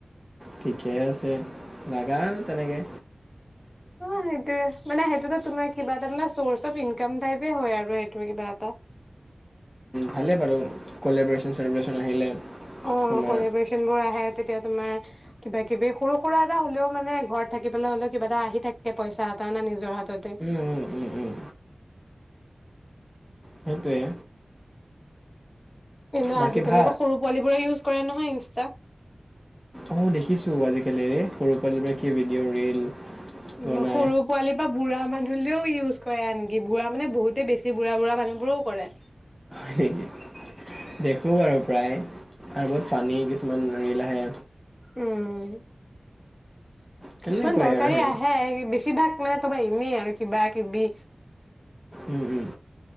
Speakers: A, in the centre; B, on the left.
A: ঠিকে আছে, লাগা তেনেকে।
B: অ সেইটোয়ে, মানে সেইটোতো তোমাৰ কিবা তাৰমানে, চ'ৰ্চ অফ ইনকাম টাইপে হয় আৰু সেইটো কিবা এটা।
A: ভালে বাৰু, কলেবৰেশ্যন-চলেবৰেশ্যন আহিলে।
B: অ
A: তোমাৰ
B: কলেবৰেচন বোৰ আহে তেতিয়া তোমাৰ কিবা কিবি সৰু সুৰা এটা হলেও মানে ঘৰত থাকি পেলাই হলেও কিবা এটা আহি থাকে পইচা এটা না নিজৰ হাততে।
A: উম উম উম উম সেইটোৱে
B: কিন্তু
A: বাকী
B: আজিালি
A: ভাল
B: আক সৰু পোৱালিবোৰে ইউজ কৰে নহয় ইনষ্টা।
A: অ দেখিছোঁ আজিকালিৰে সৰু পোৱালিবোৰে কি ভিডিঅ', ৰিল বনাই
B: অ সৰু পোৱালি পা বুঢ়া মানু লেও ইউজ কৰে আনকি বুঢ়া মানে বহুতেই বেছি বুঢ়া বুঢ়া মানুহবোৰৰেও কৰে।
A: <unintelligible> দেখো বাৰু প্ৰায় আৰু বহুত ফানী কিছুমান ৰিল আহে।
B: উম,
A: তেনেকুৱাই
B: কিছুমান দৰকাৰী
A: আৰু সেইবোৰ
B: আহে বেছি <unintelligible> এনেই আৰু কিবা কিবি।
A: উম উম